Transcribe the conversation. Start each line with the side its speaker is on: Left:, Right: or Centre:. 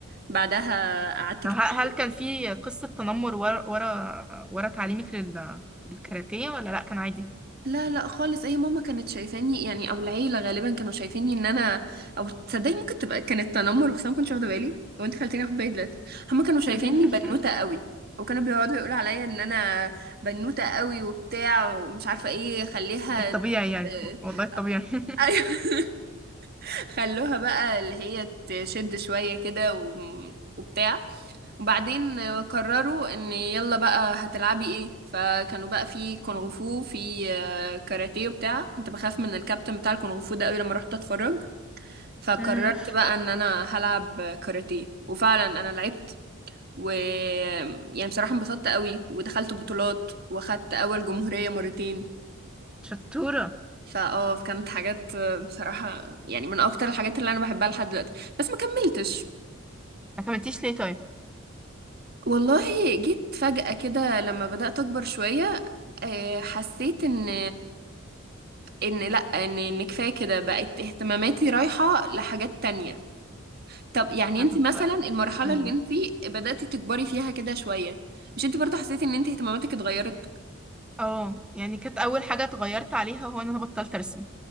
Right: بعدها قعدت
Centre: طب
Right: كتير
Centre: ه- هل كان في قصة تنمر ورا ورا ورا تعليمك لل- للكاراتيه ولا لأ كان عادي
Right: لا لا خالص هي ماما كانت شايفاني يعني أو العيلة غالبا كانوا شايفيني إن أنا أو تصدقي ممكن تبقى كانت تنمر بس أنا ما كنتش واخدة بالي وأنت خلتيني آخد بالي دلوقتي هما كانوا شايفيني
Centre: <laughs>
Right: بنوتة قوي وكانوا بيقعدوا يقولوا عليا إن أنا بنوتة قوي وبتاع ومش عارفة إيه خليها
Centre: الطبيعي يعني
Right: <laughs> آه،
Centre: والله الطبيعي <laughs>
Right: ايوه خلوها بقى اللي هي تشد شوية كده و... وبتاع وبعدين قرروا ان يلا بقى هتلعبي ايه فكانوا بقى في كونغ فو في آه، كاراتيه وبتاع كنت بخاف من الكابتن بتاع الكونغ فو ده قوي لما رحت اتفرج فقررت
Centre: أمم.
Right: بقى ان انا هلعب كاراتيه وفعلا انا لعبت و يعني بصراحة انبسطت قوي ودخلت بطولات واخدت اول جمهورية مرتين
Centre: شطورة
Right: فاه كانت حاجات آه، بصراحة يعني من اكتر الحاجات اللي انا بحبها لحد دلوقتي بس ما كملتش
Centre: ما كملتيش ليه طيب
Right: والله جيت فجأة كده لما بدأت أكبر شوية آه، حسيت إن إن لأ إن إن كفاية كده بقت اهتماماتي رايحة لحاجات تانية طب يعني
Centre: آه،
Right: أنت
Centre: طب
Right: مثلا المرحلة
Centre: قوليلي
Right: اللي أنت بدأتي تكبري فيها كده شوية مش أنت برضه حسيتي إن أنت اهتماماتك اتغيرت؟
Centre: اه يعني كانت أول حاجة اتغيرت عليها هو إن أنا بطلت أرسم